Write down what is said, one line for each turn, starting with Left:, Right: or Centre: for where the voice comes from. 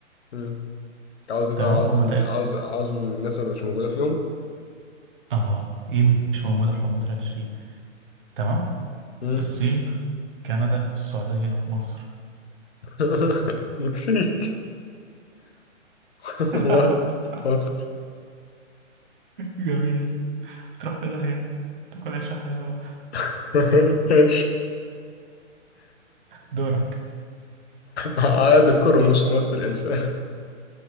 Left: مم. انت عاوز ايه
Right: تمام
Left: بقى عاوز
Right: هم
Left: ال...
Right: تقريبا
Left: عاوز عاوز الناس اللي مش موجودة فيهم
Right: اه ايه مش موجودة في مجموعة العشرين تمام
Left: مم.
Right: الصين كندا السعودية مصر
Left: <laughs> مكسيك <laughs>
Right: <laughs>
Left: مصر مصر
Right: جميل هتروح في داهية تاكل عيش وحلاوة
Left: <laughs> ايش
Right: دورك
Left: عدد الكروموسومات <laughs> في الإنسان